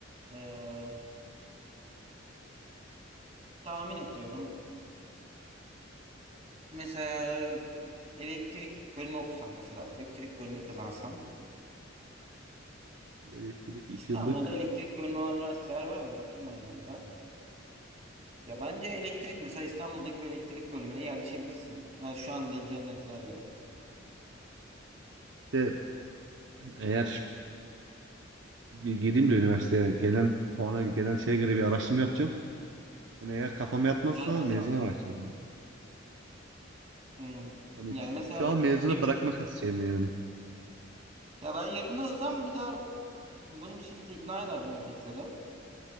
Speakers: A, on the right (about 35°); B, on the right (about 70°).
A: eee, tahmin ediyorum. Mesela elektrik bölümü okusan mesela elektrik bölümü kazansan.
B: Elektrik
A: İstanbul'da
B: iki yıllık.
A: elektrik bölümü olan üniversiteler var mı? Bakayım aynı anda. Ya bence elektrik mesela İstanbul'daki bir elektrik bölümüne yerleşebilirsin. Yani şu anda cennetlerle.
B: İşte eğer bir gireyim de üniversiteye gelen puana gelen şeye göre bir araştırma yapacağım. Hani eğer kafama yatmazsa
A: Yani mesela
B: mezuna bırakacağım yani.
A: hmm,
B: Hani
A: yani
B: şu
A: mesela
B: şu an
A: üç-
B: mezuna
A: bin
B: bırakmak
A: bin-
B: şeyim yani.
A: ya ben yerinde olsam bir daha bunu bir şekilde ikna ederdim evdekileri.